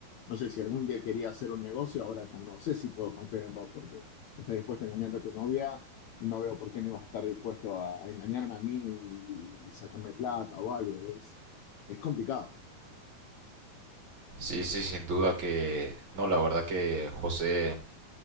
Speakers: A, on the left (about 80°); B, on the right (about 35°).
A: no sé, si algún día quería hacer un negocio, ahora ya no sé si puedo confiar en vos, porque si estás dispuesto a engañar a tu novia, no veo por qué no ibas a estar dispuesto a, a engañarme a mí y, sacarme plata o algo. Es, es complicado.
B: Sí, sí, sin duda que no, la verdad que José,